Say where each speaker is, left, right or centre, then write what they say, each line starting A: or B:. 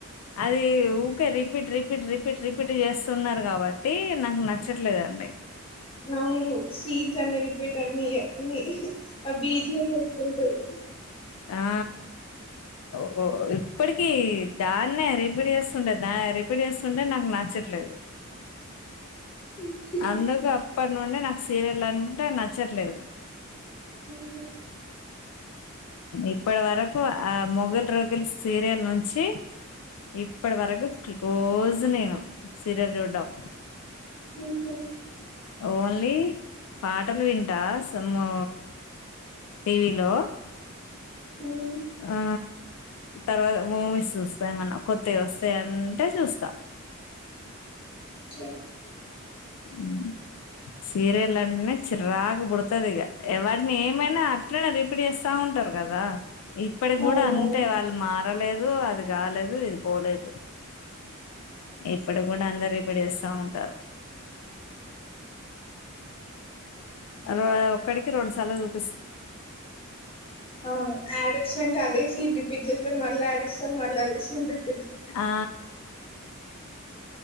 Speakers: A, on the left; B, on the left.
A: అది ఊకే రిపీట్ రిపీట్ రిపీట్ రిపీట్ చేస్తున్నారు కాబట్టి నాక్ నచ్చట్లేదండి
B: అవును సీన్స్ అన్ని రిపీట్ అన్ని ఇయే లే ఆ బీజిఎమ్ ఎంత్ ఉంటది
A: ఆ ఓ ఓ ఇప్పటికి దాన్నే రిపీట్ చేస్తుండ దా రిపీట్ చేస్తుంటే నాకు నచ్చట్లేదు
B: ఓకే
A: అందుకు అప్పడ్ నుండి నాకు సీరియల్ అంటే నచ్చట్లేదు
B: హు హు
A: ఇప్పటి వరకు ఆ మొఘల్ రేకుల్ సీరియల్ నుంచి ఇప్పడి వరకు క్లో కోజు నేను సీరెల్ చూడ్డం
B: ఓహో.
A: అవున్ లే పాటలు వింటవా సమ్మో టీవీలో
B: ఉమ్.
A: ఆ తర్వాత మూవీస్ సుస్తా ఏమన్న కొత్తవి ఒస్తే అంటే చూస్తా
B: చే
A: ఊ సీరియల్ అంట్నే చిరాకు బుడతదిగా ఎవడ్ని ఏమైన అట్లనే రిపిట్ చేస్తా ఉంటారు గదా ఈప్ ఇప్పడిగ్
B: అవునవును
A: గుడా అంతే వాళ్ళు మారలేదు అది గాలేదు ఇది పోలేదు ఇప్పటిక్ గుడా అంతా రిపీట్ చేస్తా ఉంటారు అరవై ఒక్కటికి రొండు సార్లు చూత్
B: అవును యాడేడ్స్ అంటే అదే సీన్ రిప్ పిట్ జేతరు మల్ల ఆడిస్తరు మల్ల అదే సుటెడ్
A: ఆ